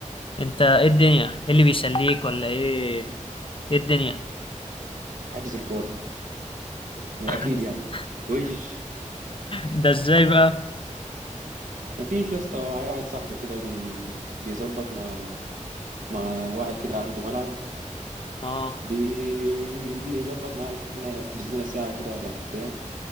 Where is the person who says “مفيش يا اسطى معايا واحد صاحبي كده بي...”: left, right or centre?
Right